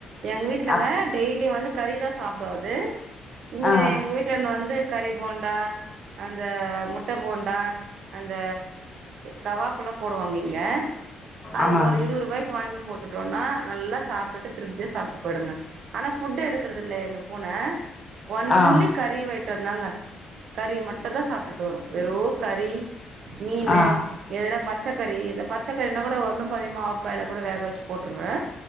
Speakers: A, on the right (about 70°); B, on the left (about 30°).
A: எங் வீட்லங்க
B: அப்
A: டெய்லி வந்து கறிதா சாப்டு அது இங்க
B: ஆ
A: எங்க வீட்டாண்ண வந்து கறி போண்டா அந்த முட் ட போண்டா அந்த கவாப்லா போடுவாங்க இங்க அதுக்கு
B: ஆமாங்க
A: ஒரு இருவது ருவாய்க்கு வாங்கி போட்டுட்டோன்னா நல்லா சாப்ட்டுட்டு திருப்தியா சாப்ட்டு போயிடுங்க ஆனா ஃபுட்டு எடுக்கறதில்ல எங்க பூன, ஒன்லி
B: ஆ
A: கறி ஐட்டதாங்க கறி மட்டுந்தா சாப்ட்டுட்டு வரு வெறு ஓ கறி மீனு
B: ஆ
A: எதுனா பச்சக்கறி இந்த பச் ச கறினாகூட ஒன்னும் ப்ப அதிகமா ஆஃப்பாயில கூட வேக வச்சு போட்ருவே